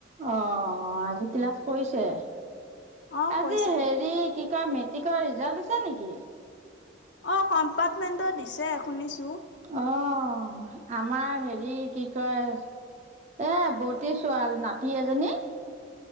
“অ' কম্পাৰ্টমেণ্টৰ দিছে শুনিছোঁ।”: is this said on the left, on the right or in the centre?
Left